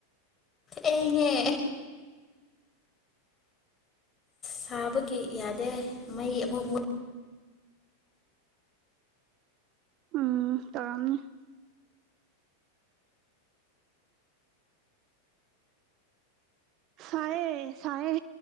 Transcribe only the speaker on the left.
ꯑꯩꯉꯦ ꯁꯥꯕꯒꯤ ꯌꯥꯗꯦ ꯃꯩ ꯑꯃꯨꯛ ꯃꯨ